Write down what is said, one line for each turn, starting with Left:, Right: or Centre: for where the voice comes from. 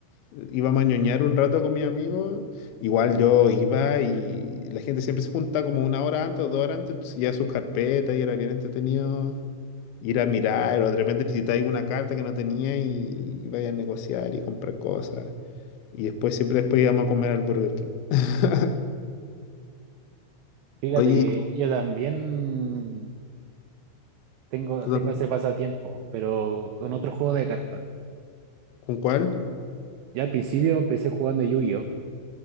Left: eh, iba a ñoñar un rato con mis amigos. Igual yo iba y la gente siempre se junta como una hora antes o dos horas antes, entonces ya sus carpetas y era bien entretenido ir a mirar o de repente necesitáis una carta que no tenía y, y vaya a negociar y comprar cosas. Y después, siempre después íbamos a comer al Burger King. <laughs>
Right: Fíjate
Left: Oye,
Right: que
Left: ¿y tú,
Right: yo también tengo,
Left: tú
Right: tengo
Left: también?
Right: ese pasatiempo, pero con otro juego de cartas.
Left: ¿Con cuál?
Right: Ya al principio empecé jugando Yu-Gi-Oh!